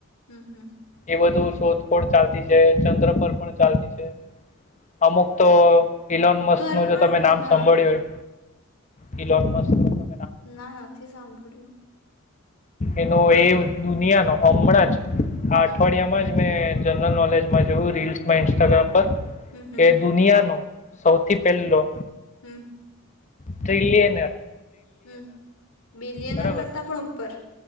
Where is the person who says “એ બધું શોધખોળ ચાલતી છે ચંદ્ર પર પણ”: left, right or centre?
Left